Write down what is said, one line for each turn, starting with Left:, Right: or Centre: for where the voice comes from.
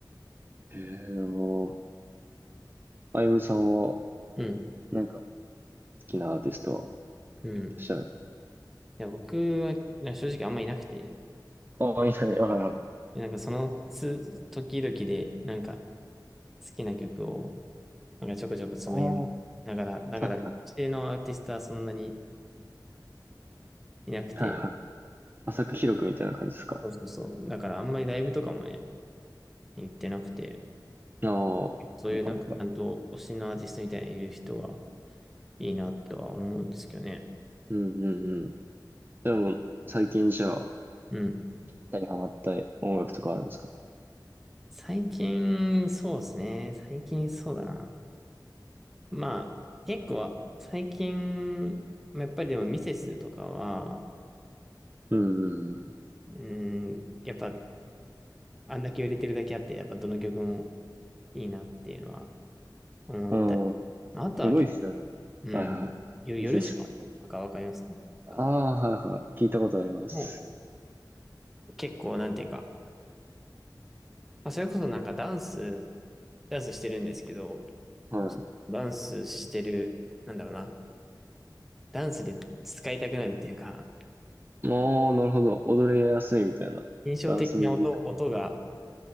Right: へえ、あのあゆむさんは、
Centre: う。うん。
Right: なんか、好きなアーティスト
Centre: うん。い
Right: 知らないですか
Centre: や、僕はな正直あんまいなくて、
Right: ああ、いない、ああ、
Centre: でなんかそのつ、時々で、なんか好きな曲を、なんかちょこちょこつまみながら、
Right: ああ、は
Centre: だから、
Right: いはい。
Centre: うちのアーティストはそんなにいなくて、
Right: はいはい。浅く広くみたいな感じですか
Centre: そうそうそう。だからあんまりライブとかもね、行ってなくて、
Right: ああ、はいはいはい。
Centre: そういうなんかちゃんと推しのアーティストみたいにいる人はいいなとは思うんですけどね。
Right: うんうんうん。でも、最近じゃあ、
Centre: うん。
Right: 二人ハマった音楽とかあるんですか
Centre: 最近、そうですね。最近そうだな。まあ、結構、最近、やっぱりでもミセスとかは、
Right: うんうん
Centre: うーん、やっぱ、あんだけ売れてるだけあって、やっぱどの曲もいいなっていうのは思ったり。
Right: うん。うん。
Centre: まあ、あとは結構、
Right: すごいっすよね。
Centre: うん、
Right: はいはい。
Centre: よ夜しか、
Right: 水ですって。
Centre: とかわかりますか
Right: ああ、はいはい。聞いたことあります。
Centre: もう結構、なんていうか、まあ、それこそなんかダンス、ダンスしてるんですけど、
Right: は
Centre: ダンスしてる、なんだろうな、ダンスで使いたくなるっていうか、
Right: い。もう、なるほど。踊りやすいみたいな。
Centre: 印象的な音、
Right: ダンスミュージック系の。
Centre: 音が